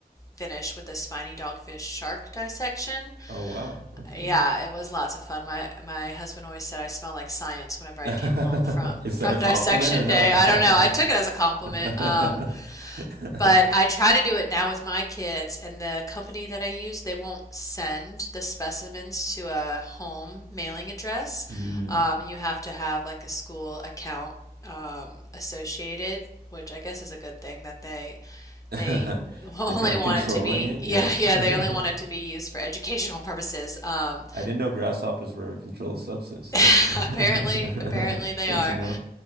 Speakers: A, on the left; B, on the right.
A: finish with the spiny dogfish shark dissection.
B: Oh wow. Okay.
A: Yeah, it was lots of fun. My my husband always said I smell like science whenever I
B: <laughs>
A: came home from
B: Is
A: <laughs> from
B: that a compliment
A: dissection
B: or not?
A: day. I don't know. I took it as a compliment.
B: <laughs>
A: Um, but I try to do it now with my kids and the company that I use, they won't send the specimens to a home mailing address.
B: Mm.
A: Um, you have to have like a school account um, associated, which I guess is a good thing that they
B: <laughs> They're
A: they <laughs> only
B: kind of
A: want
B: controlling
A: it to be,
B: it.
A: yeah,
B: Yeah.
A: yeah, they only want it to
B: <laughs>
A: be used for educational purposes. Um,
B: I didn't know grasshoppers were a controlled substance.
A: <laughs>
B: That's uh,
A: apparently, apparently
B: <laughs>
A: they
B: good
A: are.
B: to know.